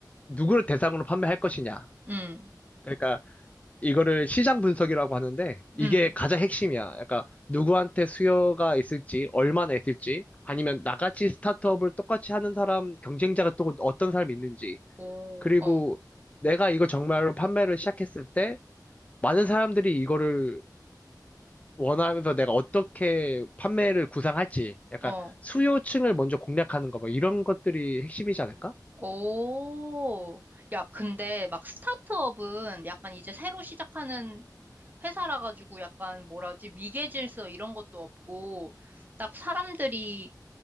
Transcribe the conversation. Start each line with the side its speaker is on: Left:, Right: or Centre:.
Left: 누구를 대상으로 판매할 것이냐.
Right: 음,
Left: 그러니까 이거를 시장 분석이라고 하는데 이게
Right: 음,
Left: 가장 핵심이야. 그러니까 누구한테 수요가 있을지, 얼마나 있을지, 아니면 나같이 스타트업을 똑같이 하는 사람, 경쟁자가 또 어떤 사람이 있는지.
Right: 오,
Left: 그리고
Right: 어,
Left: 내가 이걸 정말로 판매를 시작했을 때 많은 사람들이 이거를 원하면서 내가 어떻게 판매를 구상할지 약간
Right: 어,
Left: 수요층을 먼저 공략하는 거 뭐 이런 것들이 핵심이지 않을까?
Right: 오. 야, 근데 막 스타트업은 약간 이제 새로 시작하는 회사라 가지고 약간 뭐라지, 위계 질서 이런 것도 없고, 딱 사람들이